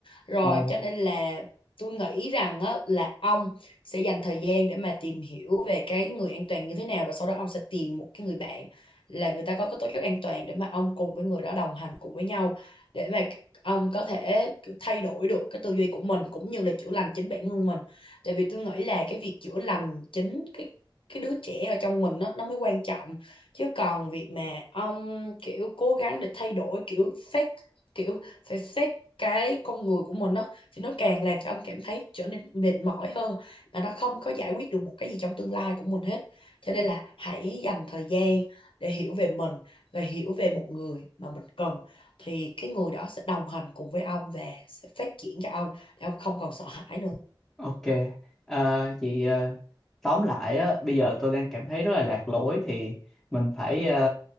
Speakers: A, on the left; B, in the centre.
A: rồi
B: Ồ,
A: cho nên là tôi nghĩ rằng á, là ông sẽ dành thời gian để mà tìm hiểu về cái người an toàn như thế nào và sau đó ông sẽ tìm một cái người bạn là người ta có cái tố chất an toàn để mà ông cùng với người đó đồng hành cùng với nhau để mà ông có thể thay đổi được cái tư duy của mình cũng như là chữa lành chính bản thân mình tại vì tôi nghĩ là cái việc chữa lành chính cái cái đứa trẻ ở trong mình nó nó mới quan trọng chứ còn việc mà ông kiểu cố gắng để thay đổi kiểu xét kiểu phải xét cái con người của mình đó thì nó càng làm cho ông cảm thấy trở nên mệt mỏi hơn mà nó không có giải quyết được một cái gì trong tương lai của mình hết cho
B: o-
A: nên là hãy dành thời gian để hiểu về mình và hiểu về một người mà mình cần thì cái người đó sẽ đồng hành cùng với ông và sẽ phát triển cho ông để ông không còn sợ hãi nữa
B: ok. À, chị ờ, tóm lại á, bây giờ tôi đang cảm thấy rất là lạc lối thì mình phải